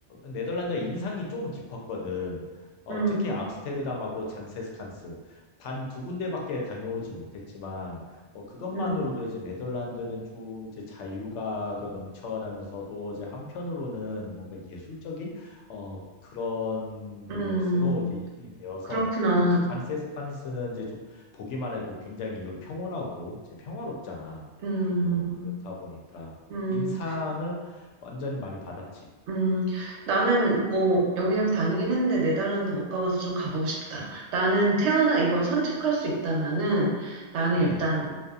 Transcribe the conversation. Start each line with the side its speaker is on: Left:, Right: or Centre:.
Left: 네덜란드의 인상이 좀 깊었거든. 어,
Right: 음,
Left: 특히 암스테르담하고 잔세스칸스 단 두 군데밖에 다녀오지 못했지만 어, 그것만으로도
Right: 음,
Left: 이제 네덜란드는 좀 이제 자유가 그 넘쳐나면서도 이제 한편으로는 뭔가 예술적인 어, 그런
Right: 음,
Left: 곳으로 이제 되어서
Right: 그렇구나.
Left: 특히 잔세스칸스는 이제 좀 보기만 해도 굉장히 그 평온하고 이제 평화롭잖아.
Right: 음,
Left: 이제 뭐 그렇다 보니까
Right: 음,
Left: 인상을 완전히 많이 받았지.
Right: 음. 나는 뭐 여기저기 다니긴 했는데 네덜란드 못 가봐서 좀 가보고 싶다. 나는 태어나 이걸 선택할 수 있다면은 나는
Left: 응,
Right: 음, 일단